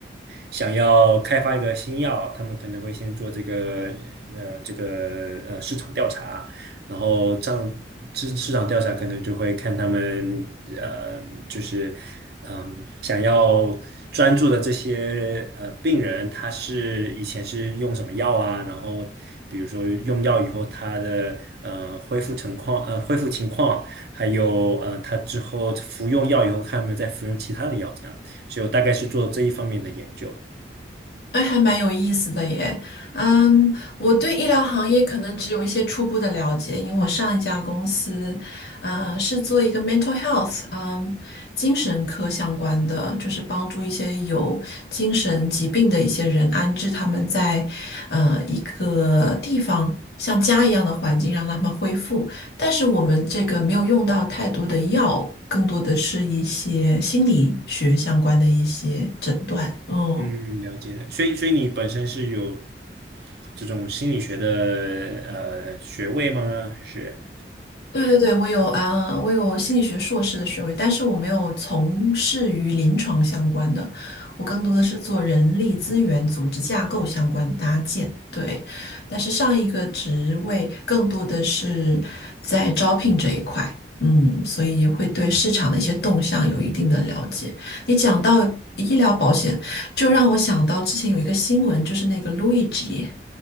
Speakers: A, on the right; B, on the left.
A: 想要开发一个新药，他们可能会先做这个呃这个呃市场调查，然后这样市市场调查可能就会看他们呃就是嗯想要专注的这些呃病人，他是以前是用什么药啊，然后。比如说用药以后，他的呃恢复情况，呃恢复情况，还有呃他之后服用药以后，看有没有再服用其他的药，这样。所以我大概是做这一方面的研究。
B: 哎，还蛮有意思的耶。嗯，我对医疗行业可能只有一些初步的了解，因为我上一家公司，呃，是做一个 mental health，嗯，精神科相关的，就是帮助一些有精神疾病的一些人安置他们在，呃，一个地方。像家一样的环境让他们恢复，但是我们这个没有用到太多的药，更多的是一些心理学相关的一些诊断。嗯。
A: 嗯，了解了。所以，所以你本身是有这种心理学的呃学位吗？还是？
B: 对对对，我有啊，我有心理学硕士的学位，但是我没有从事于临床相关的，我更多的是做人力资源、组织架构相关的搭建。对，但是上一个职位更多的是在招聘这一块，嗯，所以会对市场的一些动向有一定的了解。你讲到医疗保险，就让我想到之前有一个新闻，就是那个路易吉。